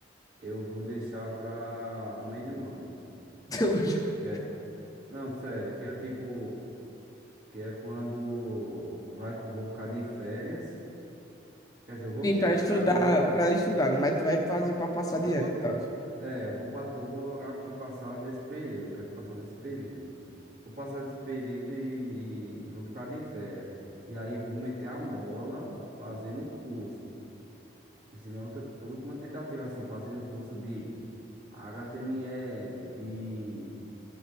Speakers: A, on the right; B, on the left.
A: eu vou deixar pra o meio do ano.
B: <laughs>
A: Que é, não, sério, que é tipo. que é quando vai, vou ficar de férias. Quer dizer, eu vou
B: Sim,
A: me
B: pra
A: dedicar
B: estudar,
A: agora.
B: pra estudar, mas tu vai fazer pra passar
A: Eu
B: de ano
A: vou,
B: e
A: tipo,
B: tal.
A: é, eu vou, pa- eu vou aqui passar desse período. Eu quero passar desse período. Vou passar desse período e, e vou ficar de férias. E aí vou meter a mola fazendo um curso. Essa é minha outra, última tentativa, assim, fazendo um curso de HTML, de,